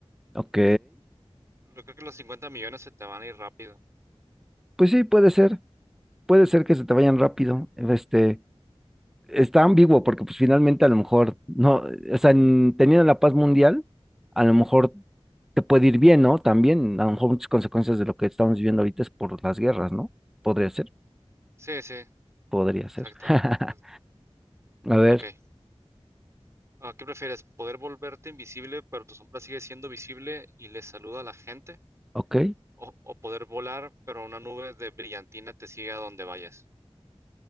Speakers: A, in the centre; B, on the right (about 25°).
A: Ok,
B: Yo creo que los 50 millones se te van a ir rápido.
A: pues sí, puede ser, puede ser que se te vayan rápido. Este, está ambiguo porque pues finalmente a lo mejor no, o sea, en- teniendo la paz mundial, a lo mejor te puede ir bien, ¿no? También, a lo mejor muchas consecuencias de lo que estamos viviendo ahorita es por las guerras, ¿no? Podría ser,
B: Sí, sí,
A: podría
B: exacto.
A: ser. <laughs>
B: Es-
A: A ver,
B: ok. Ah, ¿qué prefieres? ¿Poder volverte invisible, pero tu sombra sigue siendo visible y le saluda a la gente?
A: ok.
B: ¿O, o poder volar, pero una nube de brillantina te sigue a donde vayas?